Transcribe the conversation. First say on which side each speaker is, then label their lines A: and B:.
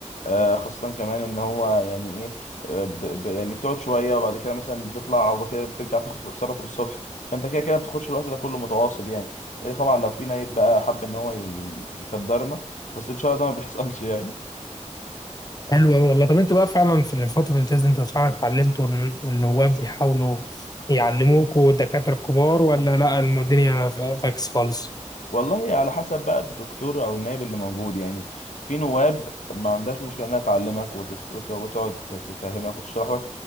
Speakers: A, on the left; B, on the left.
A: آه، خاصة كمان إن هو يعني إيه آه، ب ب يعني بتقعد شوية وبعد كده مثلا بتطلع وبعد كده بترجع تاخد تتصرف الصبح فأنت كده كده ما بتاخدش الوقت ده كله متواصل يعني إيه طبعا لو في نايب بقى حب إن هو ي- يقدرنا بس إن شاء الله ده ما بيحصلش يعني
B: حلو أوي والله طب أنت بقى فعلا في فترة الامتياز دي أنت فعلا اتعلمت وال- والنواب بيحاولوا يعلموكوا الدكاترة الكبار ولا لا الم- الدنيا ف- فاكس خالص
A: والله على حسب بقى الدكتور او النائب اللي موجود يعني في نواب ما عندهاش مشكله انها تعلمك وتست... وت- وتقعد تفهمك وتشرح لك